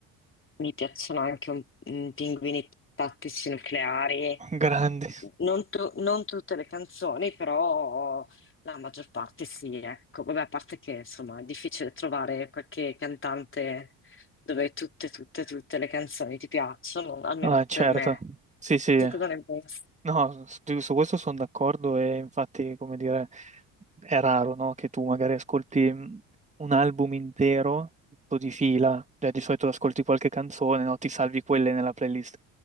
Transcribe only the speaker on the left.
Mi piacciono anche un, mm, pinguini tattici nucleari.
Non, tu- non tutte le canzoni, però la maggior parte sì, ecco. Vabbè, a parte che insomma è difficile trovare qualche cantante dove tutte, tutte, tutte le canzoni ti piacciono, almeno
per me.
Tu cosa ne pensi?